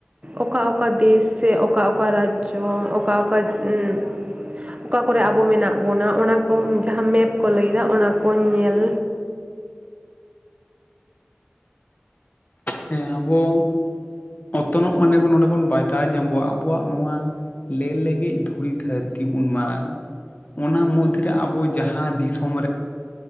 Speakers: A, on the right (about 30°); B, on the left (about 40°).
A: ᱚᱠᱟ ᱚᱠᱟ ᱫᱮᱥ ᱥᱮ, ᱚᱠᱟ ᱚᱠᱟ ᱨᱟᱡᱽᱡᱚ, ᱚᱠᱟ ᱚᱠᱟ ᱩᱸ-ᱜ ᱚᱠᱟ ᱠᱚᱨᱮ ᱟᱵᱚ ᱢᱮᱱᱟᱜ ᱵᱚᱱᱟ ᱚᱱᱟ ᱠᱚ ᱡᱟᱦᱟᱸ ᱢᱮᱯ ᱠᱚ ᱞᱟᱹᱭᱫᱟ ᱚᱱᱟ ᱠᱚ ᱧᱮᱞ
B: ᱦᱮᱸ ᱟᱵᱚᱻ ᱚᱛᱚᱱᱚᱜ ᱢᱟᱱᱮ ᱱᱚᱰᱮ ᱵᱚᱱ ᱵᱟᱰᱟᱭ ᱧᱟᱢᱵᱚᱜ-ᱟ ᱟᱵᱚᱣᱟᱜ ᱱᱚᱣᱟ ᱞᱮ ᱞᱮᱜᱮᱡ ᱫᱷᱩᱲᱤ ᱫᱷᱟᱹᱨᱛᱤ ᱩᱱ ᱢᱟᱨᱟᱝ ᱚᱱᱟ ᱢᱩᱚᱫᱽᱫᱨᱮ ᱟᱵᱚ ᱡᱟᱦᱟᱸ ᱫᱤᱥᱚᱢ ᱨᱮ